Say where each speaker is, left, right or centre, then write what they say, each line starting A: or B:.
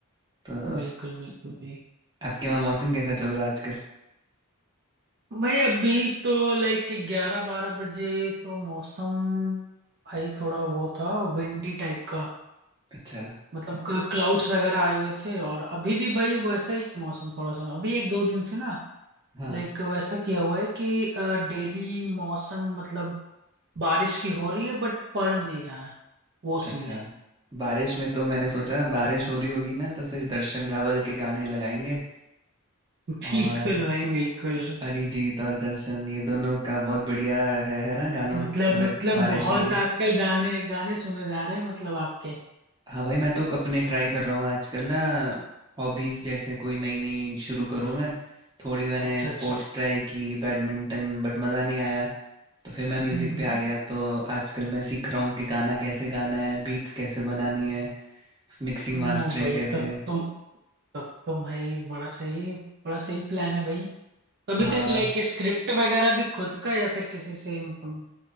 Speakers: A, on the right; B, on the right.
A: तो
B: बिल्कुल बिल्कुल भाई
A: आपके वहाँ मौसम कैसा चल रहा है आजकल
B: भाई अभी तो लाइक ग्यारह बारह बजे तो मौसम भाई थोड़ा वो था विंडी टाइप का
A: अच्छा
B: मतलब क्लाउड्स वगैरह आए हुए थे और अभी भी भाई वैसा ही मौसम थोड़ा सा अभी एक दो दिन से ना
A: हाँ
B: लाइक वैसा किया हुआ है कि डेली मौसम मतलब बारिश की हो रही है बट पड़ नहीं रहा है वो
A: अच्छा
B: सीन है
A: बारिश में तो मैंने सोचा बारिश हो रही होगी ना तो फिर दर्शन रावल के गाने लगाएंगे
B: <laughs>
A: और
B: बिल्कुल भाई बिल्कुल
A: अरिजीत और दर्शन ये दोनों का बहुत बढ़िया है है ना गानों
B: मतलब
A: मतलब
B: मतलब
A: बारिश
B: बहुत
A: वाले
B: आजकल गाने गाने सुने जा रहे हैं मतलब आपके
A: हाँ भाई मैं तो अपने ट्राई कर रहा हूँ आजकल ना हॉबीज जैसे कोई नई नई शुरू करूँ मैं थोड़ी मैंने
B: अच्छा
A: स्पोर्ट्स
B: अच्छा
A: ट्राई की बैडमिंटन बट मज़ा नहीं आया तो फिर मैं म्यूज़िक
B: हम्म
A: पे
B: हम्म।
A: आ गया तो आजकल मैं सीख रहा हूँ कि गाना कैसे गाना है बीट्स कैसे बनानी है मिक्सिंग
B: ओ
A: मास्टरिंग
B: भाई
A: कैसे
B: तब तो तब तो भाई बड़ा सही बड़ा सही प्लान है भाई तो अभी
A: हाँ
B: तक लाइक स्क्रिप्ट वगैरह भी खुद का या फिर किसी से मतलब